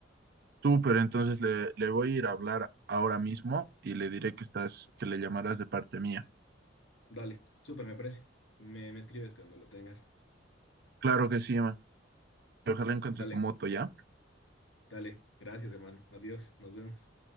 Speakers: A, on the right; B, on the left.
A: Súper, entonces le, le voy a ir a hablar ahora mismo y le diré que estás, que le llamarás de parte mía.
B: Dale, súper, me parece. Me, me escribes cuando lo tengas.
A: Claro que sí, Emma. Ojalá encuentres
B: Dale,
A: tu moto ya.
B: dale. Gracias, hermano. Adiós, nos vemos.